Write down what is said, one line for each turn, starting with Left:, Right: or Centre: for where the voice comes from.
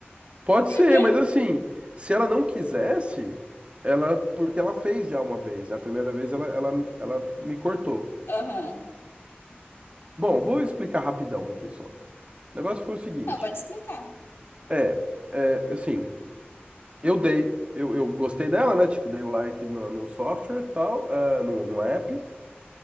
Right: Pode ser,
Left: <laughs>
Right: mas assim, se ela não quisesse, ela, porque ela fez já uma vez, né? A primeira vez ela, ela, ela me cortou.
Left: Aham.
Right: Bom, vou explicar rapidão aqui só. O negócio foi o seguinte,
Left: Não, pode explicar.
Right: é, é assim, eu dei, eu, eu gostei dela, né? Tipo, dei o like no, no software e tal, ah, no, no app.